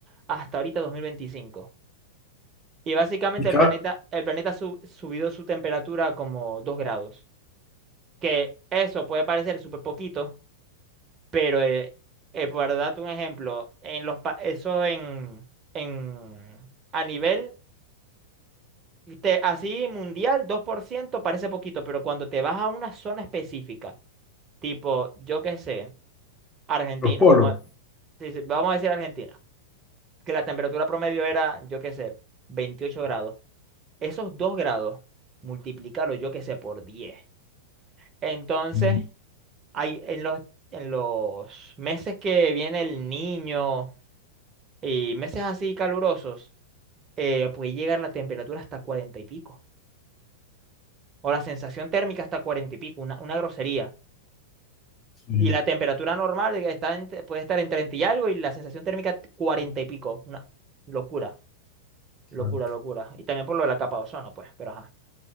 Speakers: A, on the right (about 25°); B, on the left (about 20°).
A: hasta ahorita dos mil veinticinco Y básicamente
B: Y
A: el
B: cada,
A: planeta, el planeta ha sub- subido su temperatura como 2 grados. Que eso puede parecer súper poquito, pero eh, eh, por darte un ejemplo, en los, pa- eso en, en, a nivel Y te- así mundial, 2% parece poquito, pero cuando te vas a una zona específica, tipo, yo qué sé, Argentina,
B: los polos.
A: vamos a, sí, sí, vamos a decir Argentina, que la temperatura promedio era, yo qué sé, 28 grados. Esos 2 grados, multiplícalo, yo qué sé, por diez Entonces,
B: Mm,
A: hay, en los, en los meses que viene el niño y meses así calurosos, eh, puede llegar la temperatura hasta 40 y pico. O la sensación térmica hasta 40 y pico, una, una grosería.
B: Sí,
A: Y la temperatura normal está en- puede estar en 30 y algo y la sensación térmica 40 y pico. Una locura, locura,
B: claro.
A: locura. Y también por lo de la capa de ozono, pues, pero ajá.